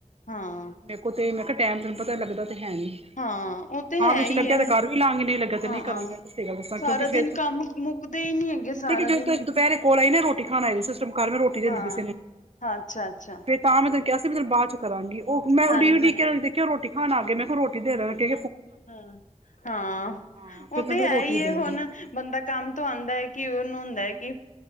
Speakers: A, on the left; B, on the right.
A: ਹਾਂ।
B: ਮੇ ਕੋ ਤੇ, ਮੈਂ ਕਿਹਾ ਟਾਈਮ ਤੈਨੂੰ ਪਤਾ ਲੱਗਦਾ ਤੇ ਹੈ ਨੀ
A: ਹਾਂ, ਉਹ ਤੇ
B: ਹਾਂ
A: ਹੈ
B: ਵਿੱਚ
A: ਈ
B: ਲੱਗਿਆ
A: ਐ।
B: ਤੇ ਕਰ ਵੀ ਲਾਂਗੀ ਨਹੀਂ ਲੱਗਿਆ ਤੇ
A: ਹਾਂ,
B: ਨਹੀਂ ਕਰਾਂਗੀ ਮੈਂ ਸਹੀ ਗੱਲ ਦੱਸਾਂ
A: ਸਾਰਾ
B: ਕਿਉਂਕਿ ਫੇਰ
A: ਦਿਨ ਕੰਮ ਮੁੱਕਦੇ ਈ ਨੀ ਹੈਗੇ ਸਾਰਾ
B: ਮੰਨੇ ਕਿ ਜਦੋਂ
A: ਦਿਨ
B: ਦੁਪਹਿਰੇ ਕੋਲ ਆਈ ਨਾ, ਰੋਟੀ ਖਾਣ ਆਏ ਉਸ ਟੈਂਮ ਕਰ ਮੈਂ ਰੋਟੀ ਲਿਆਂਦੀ
A: ਹਾਂ
B: ਕਿਸੇ ਨੇ,
A: ਹਾਂ ਅੱਛਾ ਅੱਛਾ
B: ਤੇ ਤਾਂ ਮੈਂ ਤੈਨੂੰ ਕਿਹਾ ਸੀ, ਪੀ ਤੈਨੂੰ ਬਾਅਦ 'ਚ ਕਰਾਂਗੀ, ਓ ਮੈਂ
A: ਹਾਂਜੀ
B: ਉਡੀਕ-ਉਡੀਕ ਕੇ ਦੇਖਿਆ, ਉਹ ਰੋਟੀ ਖਾਣ ਆਗੇ, ਮੈਂ ਕਿਹਾ ਰੋਟੀ ਦੇਂਦਾ ਕਿ
A: ਹਂ, ਹਾਂ।
B: ਹਾਂ
A: ਓ
B: ਫੇਰ ਤੈਨੂੰ
A: ਤੇ ਹੈਈ
B: ਪਤਾ ਰੋਟੀ
A: ਏ
B: ਦੇਣੀ
A: ਹੁਨ, ਬੰਦਾ ਕੰਮ ਤੋਂ ਆਂਦੈ ਕਿ ਉਨੂੰ ਹੁੰਦਾ ਐ ਕਿ